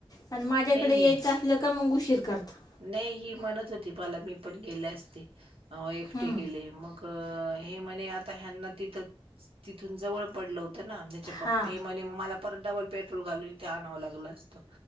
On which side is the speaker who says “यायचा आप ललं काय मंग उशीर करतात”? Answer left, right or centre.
Left